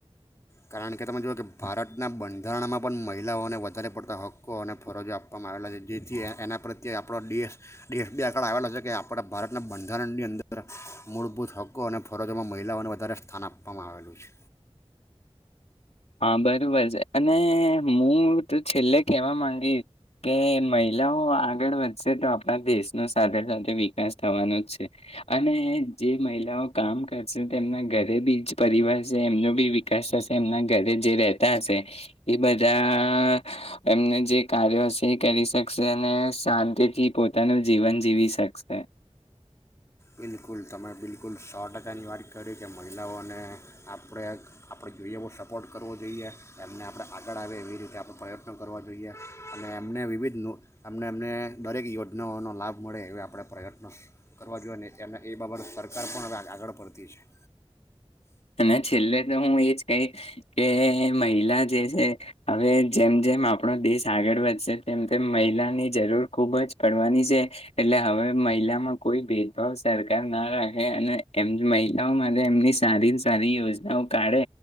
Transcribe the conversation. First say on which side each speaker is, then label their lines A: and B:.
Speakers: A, on the left; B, on the left.
A: કારણ કે તમે જુઓ કે ભારતના બંધારણમાં પણ મહિલાઓને વધારે પડતા હક્કો અને ફરજો આપવામાં આવેલા છે જેથી એના પ્રત્યે આપણાો દેશ દેશ બે આંકળ આવેલો છે કે આપણા ભારતના બંધારણની અંદર મૂળભૂત હક્કો અને ફરજોમાં મહિલાઓને વધારે સ્થાન આપવામાં આવેલું છે
B: હા બરોબર છે અને હું તો છેલ્લે કેવા માંગી કે મહિલાઓ આગળ વધશે તો આપણા દેશનો સાથે સાથે વિકાસ થવાનો જ છે અને જે મહિલાઓ કામ કરશે તેમના ઘરે બી જ પરિવાર છે એમનો બી વિકાસ થશે એમના ઘરે જે રતા હશે એ બધા એમને જે કાર્યો હશે એ કરી શકશે અને શાંતિથી પોતાનું જીવન જીવી શકશે
A: બિલકુલ તમે બિલકુલ સો ટકાની વાત કરી કે મહિલાઓને આપણે આપણે જોઈએ બહો સપોર્ટ કરવો જોઈએ એમને આપણે આગળ આવેએ એવી રીતે આપણે પ્રયત્નો કરવા જોઈએ અને એમને વિવિધ એમને એમને દરેક યોજનાઓનો લાભ મળે એવા આપણે પ્રયત્નો કરવા જોઈએને એમ એ બાબત સરકાર પણ હવે આગળ પડતી છે
B: અને છેલ્લે તો હું એજ કહી કે મહિલા જે છે હવે જેમ જેમ આપણો દેશ આગળ વધશે તેમ તેમ મહિલાની જરૂર ખુબ જ પડવાની છે એટલે હવે મહિલામાં કોઈ ભેદભાવ સરકાર ના રાખે અને એ મહિલાઓ માટે એમની સારી કારી યોજનાઓ કાઢે